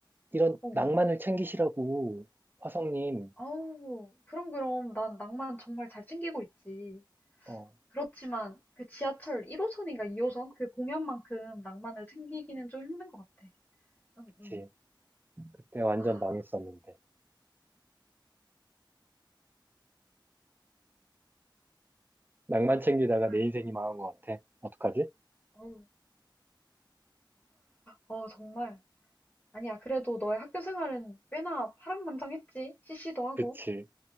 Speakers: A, on the right; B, on the left.
A: 이런
B: 어.
A: 낭만을 챙기시라고, 화성님,
B: 아우, 그럼, 그럼. 난 낭만 정말 잘 챙기고 있지.
A: 어,
B: 그렇지만 그 지하철 1호선인가 2호선 그 공연만큼 낭만을 챙기기는 좀 힘든 것 같아. 응,
A: 그치.
B: 응.
A: 그때 완전
B: 아,
A: 망했었는데. 낭만 챙기다가
B: 정말.
A: 내 인생이 망한 것 같아. 어떡하지?
B: 어 어, 정말. 아니야, 그래도 너의 학교 생활은 꽤나 파란만장했지. CC도 하고.
A: 그치.